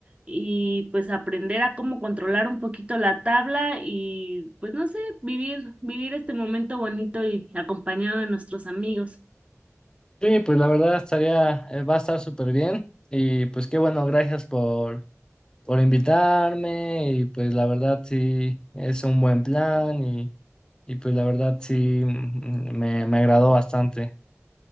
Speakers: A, on the right (about 25°); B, on the left (about 15°).
A: y pues aprender a cómo controlar un poquito la tabla y pues no sé, vivir, vivir este momento bonito y acompañado de nuestros amigos.
B: Sí, pues la verdad estaría, eh, va a estar súper bien y pues qué bueno, gracias por, por invitarme y pues la verdad sí es un buen plan y, y pues la verdad sí mm, me, me agradó bastante.